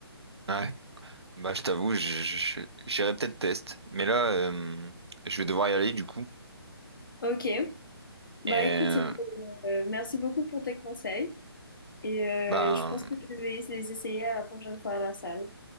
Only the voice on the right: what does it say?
Ouais. Bah, je t'avoue, je- je- j'irai peut-être test. Mais là, euh, je vais devoir y aller du coup.
Et
euh,
ben,